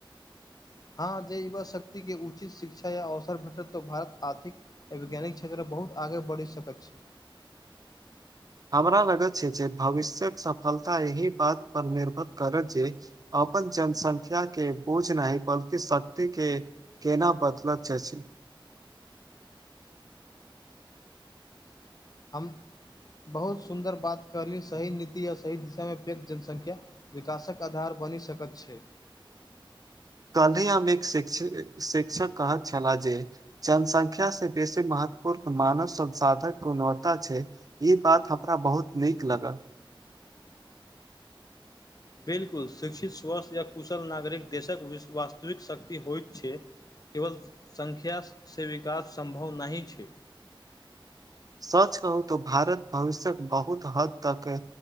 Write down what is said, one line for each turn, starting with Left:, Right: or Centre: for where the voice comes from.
Left: हँ जे युवा शक्तिके उचित शिक्षा या अवसर भेटत तऽ भारत आर्थिक वैज्ञानिक क्षेत्र बहुत आगे बढ़ि सकैत छै
Right: हमरा लगत छै जे भविष्यक सफलता एहि बात पर निर्भर करत जे अपन जनसंख्या के बोझ नहि बल्कि सत्य के केना बदलत छैचिन
Left: हम बहुत सुन्दर बात कहली सही नीति या सही दिशामे पैघ जनसंख्या विकासक आधार बनि सकैत छै
Right: कल्हि हम एक शिक्ष शिक्षक कहक छलाह जे जनसंख्या बेसी महत्वपूर्ण मानव शब्द साधक गुणवत्ता छै ई बात हमरा बहुत नीक लगल
Left: बिलकुल शिक्षित स्वस्थ या कुशल नागरिक देशक वास्तविक शक्ति होइत छै केवल सङख्यासँ विकास सम्भव नहि छै
Right: सच कहू त भारत भविष्य बहुत हद तक है